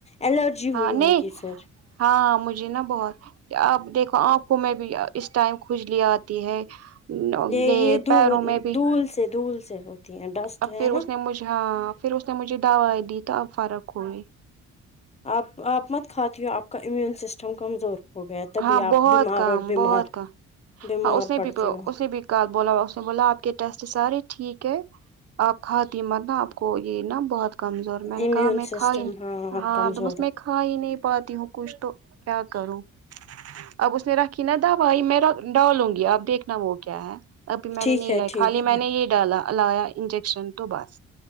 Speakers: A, on the left (about 20°); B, on the right (about 55°).
A: الرجی ہوئی
B: نہیں
A: ہوگی پھر
B: ہاں ہاں مجھے نا بہت آپ دیکھو انکھوں میں اس ٹائم کھجلی آتی ہے
A: نہیں
B: یہ
A: یے دھو
B: پیروں میں بھی
A: دھول سے دھول سے ہوتی ہے ڈسٹ
B: اب پھر اس
A: نا
B: نے مجھے ہاں پھر اس نے مجھے دوائی دی تو اب فرق ہو گئی
A: آپ آپ مت کھاتی ہو آپ کا امیون سسٹم کمزور ہو گیا تبھی
B: ہاں
A: آپ
B: بہت
A: بیمار
B: کام
A: اور بیمار
B: بہت کام
A: بیمار
B: ہاں اس نے
A: پڑتی
B: بھی
A: ہو
B: اسنے بھی کا بولا اس نے بولا آپ کے ٹیسٹ سارے ٹھیک ہے آپ کااتمت نا آپ کو یے نہ بہت کمزور میں نے
A: امیون
B: کہا میں
A: سسٹم
B: کھائی ہاں
A: کمزور
B: تو بس
A: ہ
B: میں کھا ہی نہیں پاتی ہوں کچھ تو کیا کروں اب اس نے رکھی نا دوائی میرا ڈالوں گی اب دیکھنا وہ کیا ہے ابھی میں
A: ٹھیک
B: نے نہیں
A: ہے
B: لائی
A: ٹھیک
B: خالی میں
A: ہے
B: نے یے ڈالا لایا انجیکشن تو بس